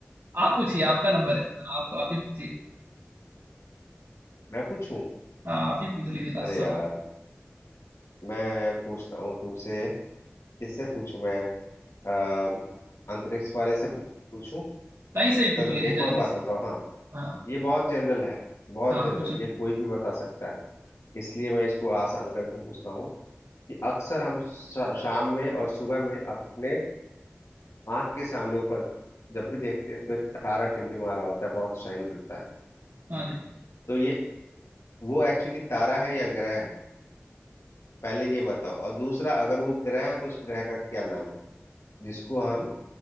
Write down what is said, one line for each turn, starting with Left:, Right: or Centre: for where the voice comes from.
Right: आप पूछिए आपका नंबर है ना आप आप ही पूछिए
Left: मैं पूछूं
Right: हाँ आप ही पूछ लीजिए लास्ट
Left: अरे
Right: सवाल
Left: यार मैं पूछता हूँ तुमसे किससे पूछूं मैं अ, अंतरिक्ष वाले से पू- पूछूं
Right: कहीं से ही पूछ
Left: चलो
Right: लीजिए
Left: एक और
Right: जल्दी
Left: बात
Right: से
Left: बताओ हाँ
Right: हाँ
Left: ये बहुत जनरल है बहुत
Right: हाँ
Left: जनरल
Right: पूछिए
Left: ये कोई भी बता सकता है इसलिए मैं इसको आसान करके पूछता हूँ कि अक्सर हम शा- शाम में और सुबह में अपने आंख के सामने ऊपर जब भी देखते हैं तो एक तारा टिमटिमा रहा होता है बहुत शाइन करता है
Right: हाँ जी
Left: तो ये वो एक्चुअली तारा है या ग्रह है पहले ये बताओ और दूसरा अगर वो ग्रह है तो उस ग्रह का क्या नाम है जिसको हम